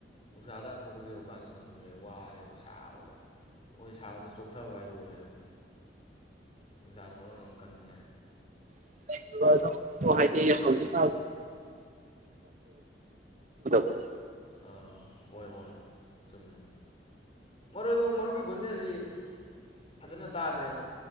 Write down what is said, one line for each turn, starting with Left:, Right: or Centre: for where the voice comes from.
Left: ꯅꯨꯡꯁꯥꯗ ꯊꯣꯛꯄꯁꯦ ꯍꯧꯖꯤꯛꯀꯥꯟꯗꯤ ꯉꯝꯗ꯭ꯔꯦ ꯋꯥꯔꯦꯕ ꯁꯥꯕꯗ ꯑꯩꯈꯣꯏ ꯁꯥꯕꯗ ꯆꯣꯛꯊꯕ ꯍꯥꯏꯗꯨ ꯑꯣꯏꯔꯦꯕ ꯅꯨꯡꯁꯥꯅ ꯃꯔꯣꯅ ꯑꯃ ꯀꯟꯕꯅꯦ
Right: <unintelligible> ꯍꯥꯏꯗꯤ ꯍꯧꯖꯤꯛ <unintelligible>
Left: ꯑꯥ ꯍꯣꯏ ꯍꯣꯏ ꯆꯨꯝꯃꯦ ꯃꯔꯨꯞꯗꯨ ꯃꯔꯨꯞꯀꯤ ꯒꯨꯣꯟꯖꯦꯜꯁꯤ ꯐꯖꯅ ꯇꯥꯗ꯭ꯔꯦ